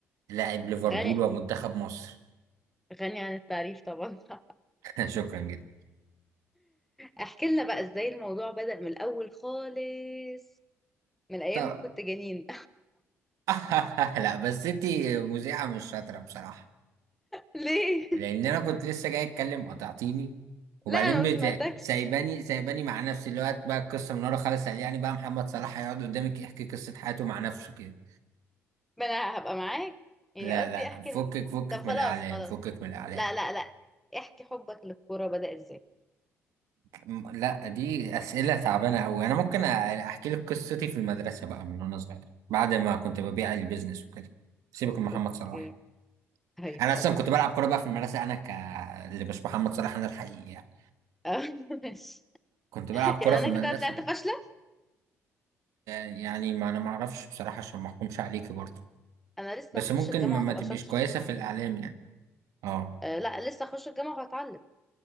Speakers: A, on the right; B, in the centre.
A: لاعب ليفربول
B: غني
A: ومنتخب مصر
B: غني عن التعريف طبعا <laughs>
A: <laughs> شكرا جدا
B: احكي لنا بقى ازاي الموضوع بدأ من الأول خالص من أيام
A: طب
B: ما كنت جنين
A: <laughs> لا بس انتي مذيعة مش شاطرة بصراحة
B: <laughs> ليه؟
A: لان انا كنت لسه جاي اتكلم قطعتيني وبعدين
B: لا أنا
A: بت...
B: ما سمعتكش
A: سايباني سايباني مع نفسي الوقت بقى القصه من ورا خالص قال يعني بقى محمد صلاح هيقعد قدامك يحكي قصه حياته مع نفسه كده
B: ما أنا هبقى معاك يعني
A: لا
B: قصدي
A: لا
B: احكي
A: فكك
B: م-
A: فكك
B: طب خلاص
A: من الاعلام
B: خلاص
A: فكك من الاعلام
B: لا لا لا احكي حبك للكورة بدأ ازاي
A: م- لا دي اسئله تعبانه قوي انا ممكن أ- احكي لك قصتي في المدرسه بقى من وانا صغير بعد ما كنت ببيع البيزنس وكده سيبك من محمد
B: اوكي
A: صلاح
B: طيب
A: انا اصلا
B: خلاص
A: كنت بلعب كوره بقى في المدرسه انا ك اللي مش محمد صلاح انا الحقيقي يعني
B: <laughs> ماشي
A: كنت بلعب
B: يعني
A: كوره في
B: أنا
A: المدرسه
B: كده طلعت فاشلة
A: يعني ما انا ما اعرفش بصراحه عشان ما احكمش عليكي برضه
B: أنا لسه
A: بس
B: هخش
A: ممكن
B: الجامعة
A: ما, ما
B: وهبقى
A: تبقيش
B: شاطرة
A: كويسه في الاعلام يعني اه
B: أه لا لسه هخش الجامعة وهتعلم